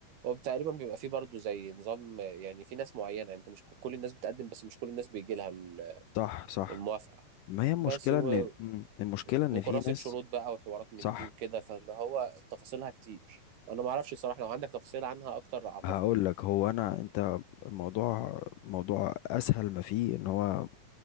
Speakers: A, on the right (about 85°); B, on the left (about 75°).
A: هو تقريبا بيبقى فيه برضه زي نظام آه، يعني في ناس معينة يعني أنت مش ك- كل الناس بتقدم بس مش كل الناس بيجي لها ال-
B: صح صح
A: الموافقة
B: ما هي المشكله
A: بس و...
B: ان مم، المشكله ان
A: وكراسة
B: في ناس
A: شروط بقى وحوارات من
B: صح
A: دي وكده فاللي هو تفاصيلها كتير أنا معرفش الصراحة لو عندك تفاصيل عنها أكتر عرفني
B: هقول
A: يعني
B: لك هو انا انت الموضوع موضوع اسهل ما فيه ان هو